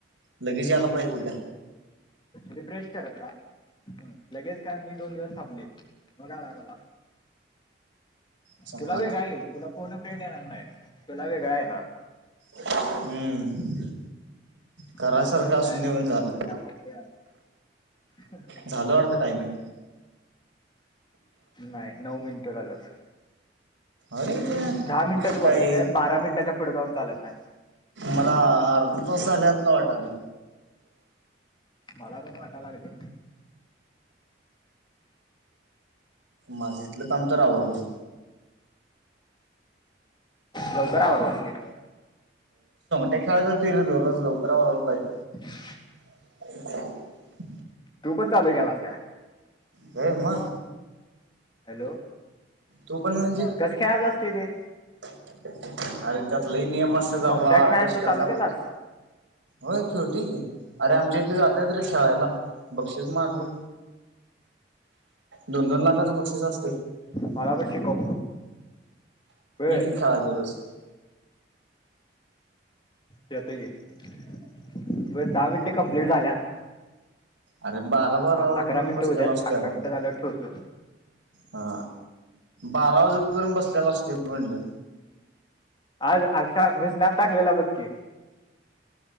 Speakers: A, on the right; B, on the left.
A: लगेच याला पाहिजे उद्या.
B: रिफ्रेश करत रहा. लगेच काय मी दोन दिवस थांबलोय, मग आलाय मला
A: चांगला
B: तुला वेगंळ येईल. तुला फोन‌ फ्रेंड येणार नाही, तुला वेगळा येणार.
A: हम्म, कराय
B: माझं
A: सारखं
B: लक
A: असुदे
B: बॅड आहे
A: म्हणजे झालं.
B: त्यामुळे हे आलं <unintelligible>
A: झालं वाटतं टायमिंग.
B: नाही नऊ मिनिटं, कुठ झाल्यात.
A: अरे
B: दहा मिनिटच
A: काय
B: बोलायचे, बारा मिनटाच्या पुढे जाऊन चालत नाही.
A: मला अर्धा तास झाल्यागत का वाटलंय.
B: मला पण वाटा लागते
A: माझं इथलं काम तर आवरलं.
B: लवकर आवरलास की,
A: ते खेळाय जातोय रे, दररोज लवकर आवराय पायजे.
B: <inaudible>
A: <inaudible>
B: तू पण चालू केलास काय?
A: व्हय मग,
B: हॅलो,
A: तू पण म्हणजे
B: कस काय आज असतय ते,
A: अरे त्यात लै नियम असत्यात, बाबा
B: सोंगट्या खेळाय
A: डोसक्याला
B: तू चालू
A: ताप
B: केलास
A: होतंय. होय खेळतोय की, अरे आमच्या इथली जात्यात रे खेळायला. बक्षीस मारते, दोन दोन लाखाच बक्षीस अस
B: मला पण शिकव. बर
A: इकी खेळाय दरोज.
B: यतेय ये दहा मिनटे कंप्लीट झाल्यात.
A: अरे बारा बारा वाजूपरेन
B: अकरा मिनिटं
A: बसलेला
B: उद्यात
A: असतोय
B: अकरा
A: आम्ही,
B: मिनिटं झाल्यावर ठेवतो
A: हा बारा वाजूपरन बसलेला असतोय बगं म्हटलं.
B: आज अक्षा मी स्नॅप टाकलेला बक्की